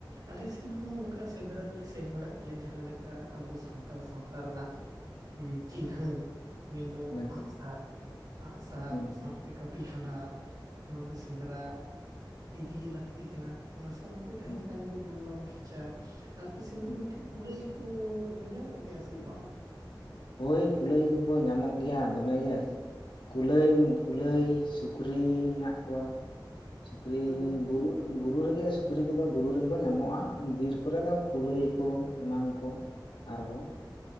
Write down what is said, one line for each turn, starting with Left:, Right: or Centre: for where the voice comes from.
Right: ᱟᱞᱮ ᱥᱮᱱ ᱦᱚᱸ ᱚᱱᱠᱟ ᱥᱮᱸᱫᱽᱨᱟ ᱫᱚᱞᱮ ᱥᱮᱱ ᱵᱟᱲᱟᱜ ᱜᱮᱭᱟ ᱡᱟᱦᱟᱸ ᱞᱮᱠᱟ ᱟᱵᱚ ᱥᱟᱱᱛᱟᱲ ᱥᱟᱶᱛᱟ ᱨᱮᱱᱟᱜ ᱪᱤᱱᱦᱟᱹ ᱢᱮᱱᱫᱚ
Left: ᱦᱩᱸ
Right: ᱟᱸᱜ-ᱥᱟᱨ ᱟᱸᱜ-ᱥᱟᱨ
Left: ᱦᱩᱸ
Right: ᱥᱟᱶ ᱥᱮ ᱠᱟᱹᱯᱤ ᱠᱷᱟᱸᱰᱟ ᱚᱱᱟ ᱫᱚ ᱥᱮᱸᱫᱽᱨᱟ ᱤᱫᱤ ᱜᱤ ᱞᱟᱹᱠᱛᱤ ᱠᱟᱱᱟ ᱚᱱᱟ ᱥᱟᱣ ᱛᱮ ᱛᱟᱦᱮᱸᱱ
Left: ᱦᱩᱸ
Right: ᱠᱟᱱ ᱜᱮᱭᱟ ᱵᱩᱞᱞᱚᱢ ᱠᱷᱮᱪᱟ ᱟᱯᱮ ᱥᱮᱱ ᱫᱚ
Left: ᱦᱩᱸ
Right: ᱜᱚᱝᱠᱮ ᱠᱩᱞᱟᱹᱭ ᱠᱩ ᱫᱚᱠᱚ ᱧᱟᱢᱚᱜ ᱜᱮᱭᱟ ᱥᱮ ᱵᱟᱝ?
Left: ᱦᱳᱭ ᱠᱩᱞᱟᱹᱭ ᱠᱚᱠᱚ ᱧᱟᱢᱚᱜ ᱜᱮᱭᱟ ᱫᱚᱢᱮ ᱜᱮ ᱠᱩᱞᱟᱹᱭ ᱠᱩᱞᱟᱹᱭ ᱥᱩᱠᱨᱤ ᱢᱮᱱᱟᱜ ᱠᱚᱣᱟ ᱥᱩᱠᱨᱤ
Right: ᱚᱱᱟ ᱜᱚᱝᱠᱮ
Left: ᱵᱩᱨᱩᱫ ᱵᱩᱨᱩ ᱨᱮᱜᱮ ᱥᱩᱠᱨᱤ ᱠᱚᱫᱚ ᱵᱩᱨᱩ ᱨᱮᱜᱮ ᱠᱚ ᱧᱟᱢᱚᱜ-ᱟ ᱵᱤᱨ ᱠᱚᱨᱮ ᱫᱚ ᱠᱩᱞᱟᱹᱭ ᱠᱚ ᱮᱢᱟᱱ ᱠᱚ ᱟᱨᱦᱚᱸ